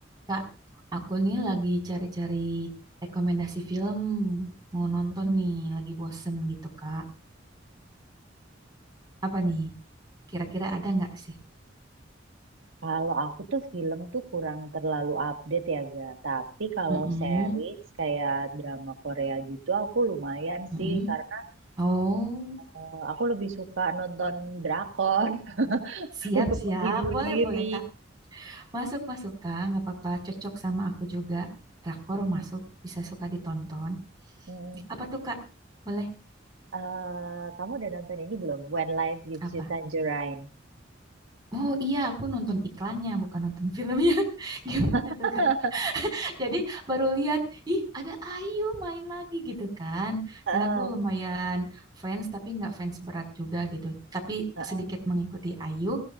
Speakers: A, on the right (about 20°); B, on the right (about 85°).
A: Kak, aku nih lagi cari-cari rekomendasi film mau nonton
B: Mm-mm.
A: nih, lagi bosen gitu, Kak. Apa nih? Kira-kira ada nggak sih?
B: Kalau aku tuh film tuh kurang terlalu update ya ga. Tapi kalau
A: Mm-mm,
B: series kayak drama Korea gitu aku lumayan
A: mm-mm.
B: sih karena
A: Oh,
B: eh, aku lebih suka nonton drakor <laughs>
A: siap-siap.
B: untuk menghibur
A: Boleh-boleh,
B: diri.
A: Kak. Masuk-masuk, Kak. Nggak apa-apa. Cocok sama aku juga. Drakor
B: Mm-mm.
A: masuk, bisa suka ditonton.
B: Mm.
A: Apa tuh, Kak? Boleh?
B: Eh, kamu udah nonton ini belum? When Life Gives
A: Apa?
B: You Tangerine.
A: Oh iya, aku nonton iklannya, bukan nonton filmnya. <laughs> Gimana
B: <laughs>
A: tuh, Kak? Jadi baru lihat, ih ada Ayu main lagi gitu kan.
B: Eh,
A: Dan aku lumayan fans tapi nggak fans berat juga gitu. Tapi
B: eh,
A: sedikit mengikuti Ayu